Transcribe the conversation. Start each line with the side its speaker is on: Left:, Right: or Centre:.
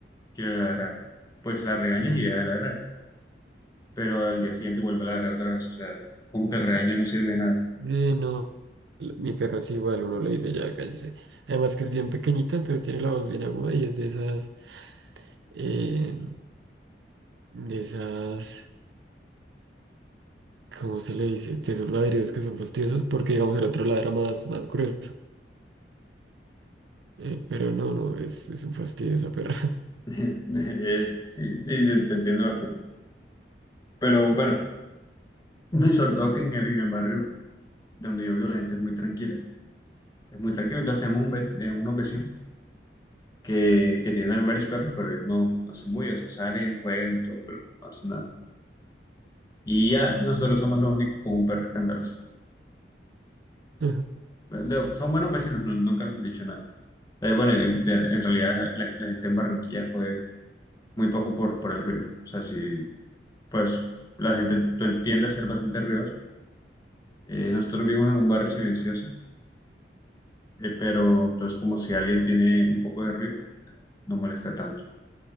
Left: quiere ladrar, pues la regañas
Right: no?
Left: y deja de ladrar. Pero al día siguiente vuelve a ladrar otra vez. O sea, como que el regaño no sirve de nada.
Right: Eh, no, l- mi perro es igual, uno le dice ya, cállese. Además que es bien pequeñita, entonces tiene la voz bien aguda y es de esas... eh, de esas... ¿cómo se le dice? De esos ladridos que son fastidiosos, porque digamos el otro ladra más, más grueso. Eh, pero no, no, es, es un fastidio esa perra.
Left: <laughs> Es- sí, sí, te entiendo bastante. Pero bueno, no, y sobre todo que en el, en el barrio donde yo vivo la gente es muy tranquila. Es muy tranquila. Entonces tenemos un vec- eh, unos vecinos que, que tiene también varios perros, pero ellos no, no hacen bulla, o sea, salen, juegan y todo, pero no hacen nada. Y ya, nosotros somos los únicos con un perro escandaloso.
Right: <laughs>
Left: Pero Son buenos vecinos, no- nunca nos han dicho nada. Eh, bueno, en, de- en realidad la, la gente en Barranquilla jode muy poco por, por el ruido. O sea, si, pues, la gente t- tiende a ser bastante ruidosa. Eh, nosotros vivimos en un barrio silencioso, eh, pero entonces como si alguien tiene un poco de ruido, no molesta tanto.